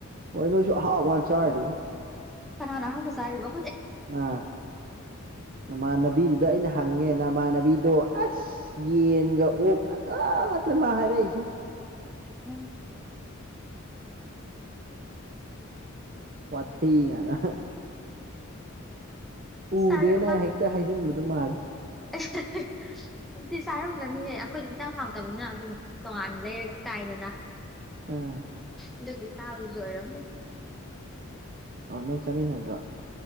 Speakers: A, on the right (about 45°); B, in the centre.
A: ꯍꯣꯏ ꯅꯣꯏꯁꯨ ꯍꯥꯎ ꯋꯥ ꯆꯥꯏꯗꯨ
B: ꯈꯅꯥꯅꯍꯕꯨꯁꯥꯏꯔꯔꯤꯕ
A: ꯑꯥ ꯅꯃꯥꯟꯅꯕꯤꯗꯨꯗ ꯑꯩꯅ ꯍꯪꯉꯦ ꯅꯃꯅꯕꯤꯗꯣ ꯑꯁ ꯌꯦꯟꯒ ꯑꯣꯛ ꯑꯗꯂ ꯃꯥ ꯍꯥꯔ ꯎꯝ
B: ꯎꯝ
A: ꯋꯥꯊ ꯌꯥꯅ ꯎꯗꯦꯅ
B: ꯆꯥꯔꯛꯑꯃ
A: ꯍꯦꯛꯇ ꯍꯥꯏꯖꯤꯟꯕꯗ ꯃꯥꯜꯂꯦ
B: <unintelligible> <unintelligible> ꯅꯨꯡꯇꯤ ꯆꯥꯔꯝꯒꯅꯤꯌꯦꯦ ꯑꯩꯈꯣꯏꯗꯤ ꯏꯟꯁꯥꯡ ꯍꯥꯡꯇꯕꯅꯤꯅ ꯑꯗꯨꯝ ꯇꯣꯉꯥꯟꯅ ꯂꯩꯔꯒ ꯆꯥꯏꯗꯅ
A: ꯑꯥ
B: ꯑꯗꯨꯒꯤ ꯆꯥꯕꯁꯨ ꯑꯣꯏꯔꯝꯃꯦ
A: ꯑ ꯅꯣꯏ ꯆꯠꯃꯤꯟꯅꯗ꯭ꯔꯣ